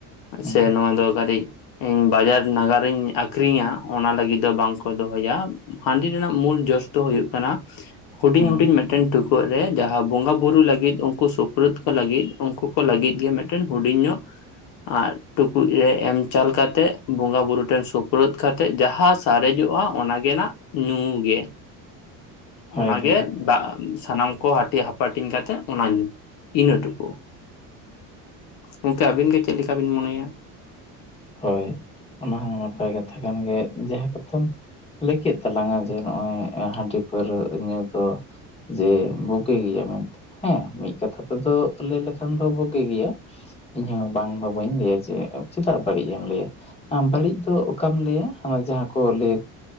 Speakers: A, on the left; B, on the left.
A: ᱦᱩᱸ
B: ᱥᱮ ᱱᱚᱣᱟ ᱫᱚ ᱠᱟᱹᱴᱤᱡ ᱤᱧ ᱵᱟᱡᱟᱨ ᱱᱟᱜᱟᱨᱤᱧ ᱟᱠᱷᱨᱤᱧᱟ ᱚᱱᱟ ᱞᱟᱹᱜᱤᱫ ᱫᱚ ᱵᱟᱝᱠᱚ ᱫᱚᱦᱚᱭᱟ ᱾ ᱦᱟᱹᱰᱤ ᱨᱮᱱᱟᱜ ᱢᱩᱞ ᱡᱚᱥ ᱫᱚ ᱦᱩᱭᱩᱜ ᱠᱟᱱᱟ ᱦᱩᱰᱤᱧ
A: ᱦᱩᱸ
B: ᱦᱩᱰᱤᱧ ᱢᱤᱫ ᱢᱤᱫ ᱴᱮᱱ ᱴᱩᱠᱩᱡ ᱨᱮ ᱡᱟᱦᱟᱸ ᱵᱚᱸᱜᱟ ᱵᱩᱨᱩ ᱞᱟᱹᱜᱤᱫ ᱩᱱᱠᱩ ᱥᱩᱯᱩᱨᱫ ᱠᱚ ᱞᱟᱹᱜᱤᱫ ᱩᱱᱠᱩ ᱠᱚ ᱞᱟᱹᱜᱤᱫ ᱜᱮ ᱢᱤᱫ ᱢᱤᱫᱴᱮᱱ ᱦᱩᱰᱤᱧ ᱧᱚᱜ ᱟᱨ ᱴᱩᱠᱩᱡ ᱨᱮ ᱮᱢ ᱪᱟᱞ ᱠᱟᱛᱮᱫ ᱵᱚᱸᱜᱟ ᱵᱩᱨᱩ ᱴᱷᱮᱱ ᱥᱳᱯᱨᱳᱫ ᱠᱟᱛᱮᱫ ᱡᱟᱦᱟᱸ ᱥᱟᱨᱮᱡᱚᱜᱼᱟ ᱚᱱᱚ ᱜᱮ ᱱᱟᱜ ᱧᱩ ᱜᱮ
A: <unintelligible>
B: ᱚᱱᱟᱜᱮ
A: ᱦᱳᱭ
B: ᱫᱟᱜ ᱥᱟᱱᱟᱢ ᱠᱚ ᱦᱟᱹᱴᱤ ᱦᱟᱯᱟᱴᱤᱧ ᱠᱟᱛᱮᱜ ᱚᱱᱟᱜᱮ ᱤᱱᱟᱹ ᱴᱩᱠᱩ ᱾ ᱜᱚᱝᱠᱮ ᱟᱵᱤᱱᱜᱮ ᱪᱮᱫ ᱞᱮᱠᱟ ᱵᱤᱱ ᱢᱚᱱᱮᱭᱟ?
A: ᱦᱳᱭ ᱚᱱᱟ ᱦᱚᱸ ᱱᱟᱯᱟᱭ ᱠᱟᱛᱷᱟ ᱠᱟᱱ ᱜᱮᱭᱟ, ᱡᱟᱦᱟᱸ ᱠᱚᱛᱷᱟᱢ ᱞᱟᱹᱭ ᱠᱮᱫ ᱛᱟᱞᱟᱝᱟ ᱡᱮ ᱱᱚᱜᱼᱚᱭ ᱦᱟᱹᱰᱤ ᱯᱟᱹᱣᱨᱟᱹ ᱧᱩ ᱫᱚ ᱡᱮ ᱵᱩᱜᱤ ᱜᱮᱭᱟ ᱢᱮᱱᱛᱮ ᱦᱮᱸ ᱢᱤᱫ ᱠᱟᱛᱷᱟ ᱛᱮᱫᱚ ᱞᱟᱹᱭ ᱞᱮᱠᱷᱟᱱ ᱫᱚ ᱵᱷᱩᱜᱤ ᱜᱮᱭᱟ᱾ ᱤᱧᱦᱚᱸ ᱵᱟᱝ ᱫᱚ ᱵᱟᱹᱧ ᱞᱟᱹᱭᱟ ᱡᱮ ᱪᱮᱫᱟᱜ ᱵᱟᱹᱲᱤᱡ ᱮᱢ ᱞᱟᱹᱭᱟ᱾ ᱵᱟᱹᱲᱤᱡ ᱫᱚ ᱚᱠᱟᱢ ᱞᱟᱹᱭᱟ ᱦᱟᱱᱟ ᱡᱟᱦᱟᱸ ᱠᱚ ᱞᱟᱹᱭᱟ